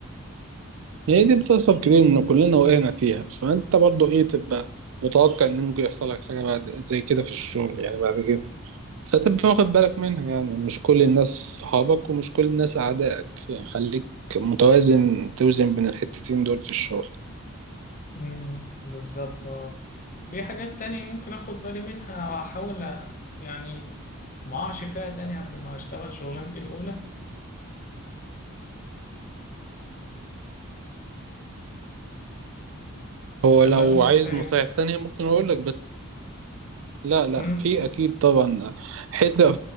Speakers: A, on the right (about 60°); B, on the left (about 35°).
A: هي دي بتحصل كتير إن كلنا وقعنا فيها فأنت برضو إيه تبقى متوقع إن ممكن يحصل لك حاجة بعد زي كده في الشغل يعني بعد كده فتبقى واخد بالك منها يعني مش كل الناس صحابك ومش كل الناس أعدائك يعني خليك متوازن توزن بين الحتتين دول في الشغل
B: امم بالظبط اه في حاجات تانية ممكن أخد بالي منها أحاول يعني ما أقعش فيها تاني قبل ما أشتغل شغلانتي الأولى
A: هو لو
B: ولا دول
A: عايز
B: كفاية
A: نصايح تانية ممكن أقول لك لا لا
B: امم
A: في اكيد طبعا حته